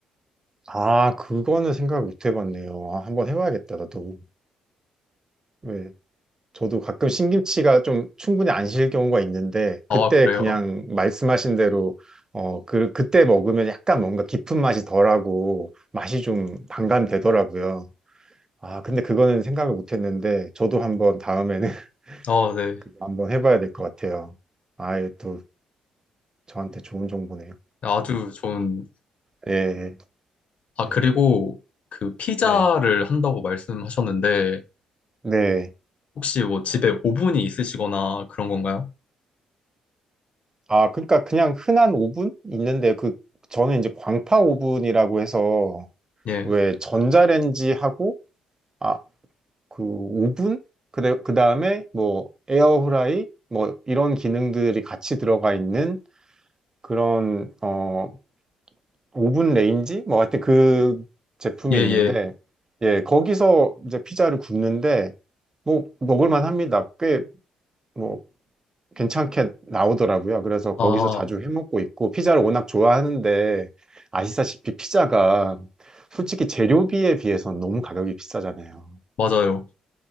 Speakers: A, on the right (about 25°); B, on the left (about 50°).
A: 아, 그거는 생각 못 해봤네요. 아, 한번 해봐야겠다, 나도. 네. 저도 가끔 신김치가 좀 충분히 안 실 경우가 있는데
B: 아,
A: 그때
B: 그래요?
A: 그냥 말씀하신 대로 어, 그, 그때 먹으면 약간 뭔가 깊은 맛이 덜하고 맛이 좀 반감되더라고요. 아, 근데 그거는 생각을 못 했는데 저도 한번 다음에는 <laughs>
B: 아, 네.
A: 그거 한번 해봐야 될 것 같아요. 아, 이또 저한테 좋은 정보네요.
B: 아주 좋은.
A: 네,
B: 아,
A: 네,
B: 그리고 그 피자를
A: 네.
B: 한다고 말씀하셨는데
A: 네.
B: 혹시 뭐 집에 오븐이 있으시거나 그런 건가요?
A: 아, 그러니까 그냥 흔한 오븐 있는데 그 저는 이제 광파 오븐이라고 해서
B: 예.
A: 왜 전자레인지하고 아, 그 오븐? 그래, 그 다음에 뭐 에어프라이? 뭐 이런 기능들이 같이 들어가 있는 그런 어 오븐 레인지? 뭐 하여튼 그 제품이
B: 예,
A: 있는데
B: 예.
A: 예, 거기서 이제 피자를 굽는데 뭐 먹을 만합니다. 꽤 뭐 괜찮게 나오더라고요. 그래서 거기서
B: 아,
A: 자주 해 먹고 있고 피자를 워낙 좋아하는데 아시다시피 피자가 솔직히 재료비에 비해서는 너무 가격이 비싸잖아요.
B: 맞아요.